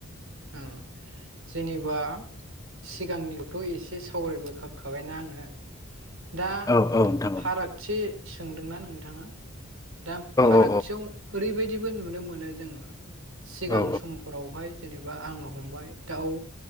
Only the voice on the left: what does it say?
औ औ नोंथां औ
औ
औ